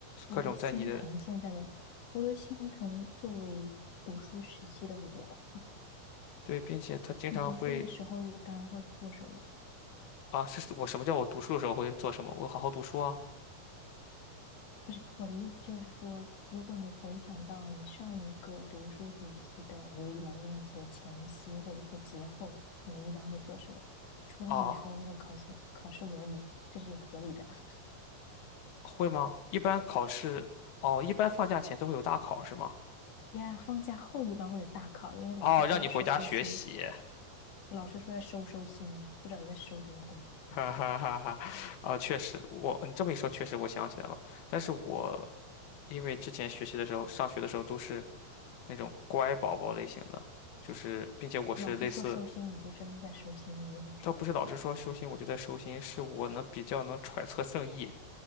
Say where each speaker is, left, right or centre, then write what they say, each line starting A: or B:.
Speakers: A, on the left; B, on the left.
A: 我都心疼现在的，
B: 各种在你的，
A: 我都心疼作为读书时期的我。
B: 对，并且他经常会
A: 你读书的时候一般会做什么？
B: 啊，是我什么叫我读书的时候会做什么？我好好读书啊
A: 不是，我的意思就是说，如果你回想到你上一个读书时期的五一劳动节前夕或者是节后，你们一般会做什么？除了你说那个考前考试模拟，
B: 啊，
A: 这是合理的。<laughs>
B: 会吗？一般考试哦，一般放假前都会有大考是吗？
A: 呀，放假后一般会有大考，因为老师说要收收心，
B: 哦，让你回家学习，
A: 老师说要收收心，不知道你在收什么鬼呢？
B: 哈哈哈哈。
A: 你这
B: 啊，确实，我你这么一说，确实我想起来了。但是我因为之前学习的时候，上学的时候都是那种乖宝宝类型的，就是并且我是类似，
A: 老师说收心，你就真的在收心的那种，是吧？
B: 倒不是老师说收心我就在收心，是我能比较能揣测圣意，